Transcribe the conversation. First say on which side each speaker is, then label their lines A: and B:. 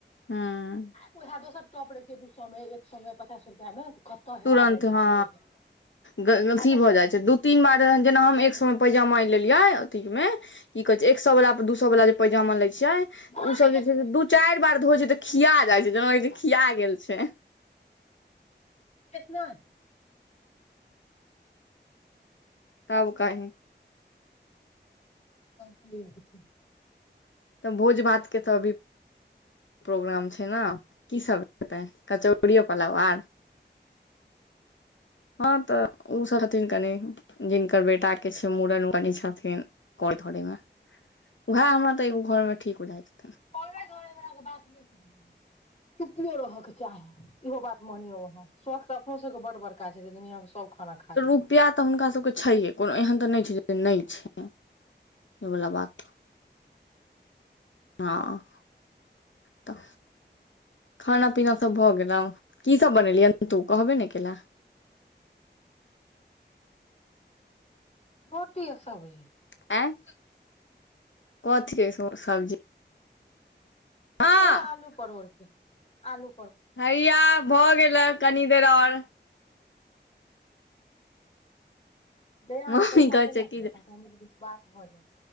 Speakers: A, on the left (about 85°); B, on the left (about 35°).
A: हँ
B: उएह आ दोसर टप रहइ छै दू सए मे एक सए मे पचास रुपआ मे कतऽ हेरा
A: तुरन्त
B: जाइ छै
A: हँ
B: की होइ छै
A: ग गलथी
B: फसैक
A: भऽ
B: तसैक
A: जाइत छै दू तीन बार जेना हम एक सएमे पैजामा एल लेलिय अथी मे की कहे छै एक सए वाल दू सए वाल पैजामा लए छिय
B: बात
A: ओसभ जे छै
B: नहि
A: से दू चारि बार धोइ छै तऽ खिया जाइ छै जेनााक छै खिया गेल छै
B: किस नान
A: तब कही
B: आ छै <unintelligible>
A: तब भोज-भात के त अभी प्रोग्राम छैय न, की सब हेतैय कचौड़ियो पोलाव आर हँ त ओ सब छथिन कनि जिनकर बेटाके छैय मुड़न बाली छथिन करैय-धरैयमे भे। हमरा त एगो घरमे ठीक रहैत
B: करबै-जोरबै बाला के बात नै छैय बहिन गे चुपियो रहैयके चाही इहो बात मानियौ अहाँ, सौख त अपनो सबके बड़-बड़का छैय जे दुनियांमे सब खाना खा लियै
A: रुपैया त हुनका सबके छैय हे कोनो एहन त नहि छैय जे कोनो नै छैय बाला बात। हँ, त खाना पीना सब भ गेलउ, की सब बनेलहिये तु कहबे नै कैलें।
B: रोटी आ सब्जी।
A: आंय कथी के सब्जी? माँ
B: उहे आलु-परोरके, आलु
A: हैया भ गेलैय कनी देर आओर।
B: जहिया अहाँके
A: मम्मी
B: पैसा
A: कहै
B: चलि
A: छै कि
B: आयत
A: जे
B: नै तहिया हमरा विश्वास भ जैत।